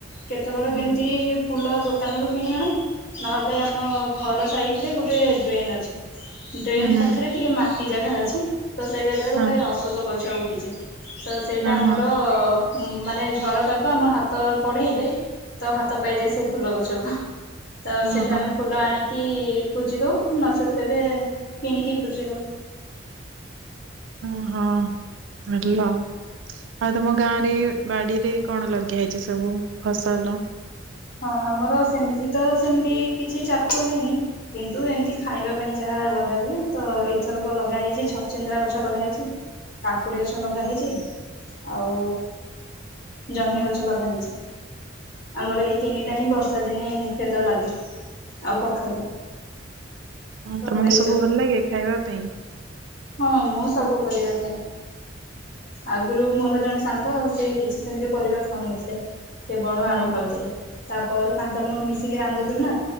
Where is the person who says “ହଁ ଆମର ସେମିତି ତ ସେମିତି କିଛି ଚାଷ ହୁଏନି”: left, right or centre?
Left